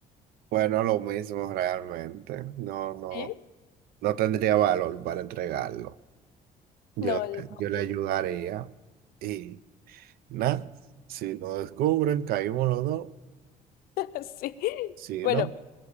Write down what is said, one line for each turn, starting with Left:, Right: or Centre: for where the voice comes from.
Right: Bueno, lo mismo realmente. No, no,
Left: ¿Sí?
Right: no tendría valor para entregarlo. Yo,
Left: No, yo tampoco.
Right: yo le ayudaría. Y nada, si lo descubren, caímos los dos.
Left: <laughs> Sí.
Right: Si
Left: Bueno,
Right: no,